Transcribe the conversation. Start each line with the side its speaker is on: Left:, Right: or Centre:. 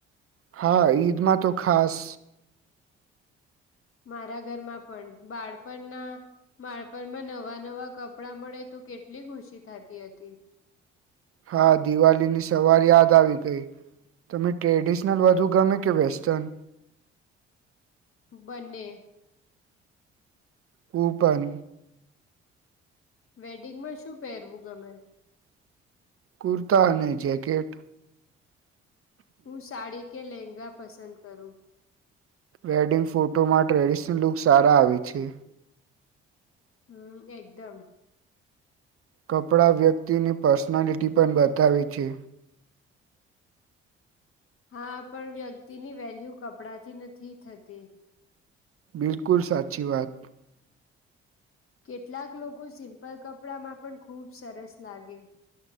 Right: હા ઈદમાં તો ખાસ
Left: મારા ઘરમાં પણ બાળપણના બાળપણમાં નવા નવા કપડા મળે તો કેટલી ખુશી થતી હતી.
Right: હા દિવાળીની સવાર યાદ આવી ગઈ તમે ટ્રેડિશનલ વધુ ગમે કે વેસ્ટર્ન
Left: બંને
Right: કૂપન
Left: વેડિંગ માં શું પહેરવું ગમે
Right: કુર્તા અને જેકેટ
Left: હું સાડી કે લેંગા પસંદ કરુ
Right: વેડિંગ ફોટોમાં ટ્રેડિશનલ લુક સારા આવે છે.
Left: હમ એકદમ
Right: કપડાં વ્યક્તિની પર્સનાલિટી પણ બતાવે છે.
Left: હા પણ વ્યક્તિની વેલ્યુ કપડાથી નથી, થતી
Right: બિલકુલ સાચી વાત
Left: કેટલાક લોકો સિમ્પલ કપડામાં પણ ખુબ સરસ લાગે